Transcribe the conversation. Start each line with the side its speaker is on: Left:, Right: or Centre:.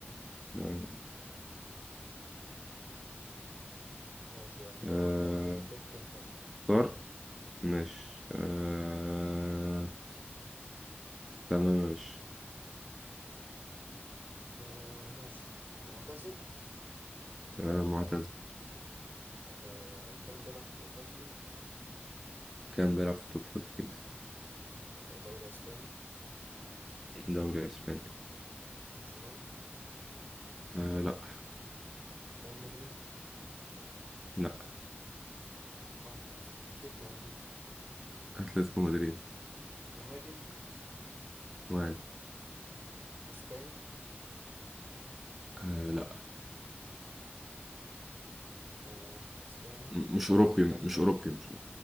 Centre: نعم.
Right: ماشي اختار
Centre: آه
Right: أنا- آه بك انت بك انت
Centre: طار ماشي آه تمام ماشي
Right: آه ماشي معتزل
Centre: آه معتز
Right: آه كان بيلعب في التوب فايف ليجز
Centre: كان بيلعب في التوب فور ليجز
Right: آه، دوري اسباني
Centre: دوري اسباني
Right: برشلونة
Centre: آه لا
Right: ريال مدريد
Centre: لا
Right: ارحمني يا اسطى اتلتيكو مدريد
Centre: اتلتيكو مدريد
Right: مهاجم
Centre: مهاجم
Right: اسباني
Centre: آه لا
Right: ومش اسباني
Centre: مش
Right: انا
Centre: أوروبي
Right: كان في
Centre: مش
Right: دماغي فرق
Centre: أوروبي مش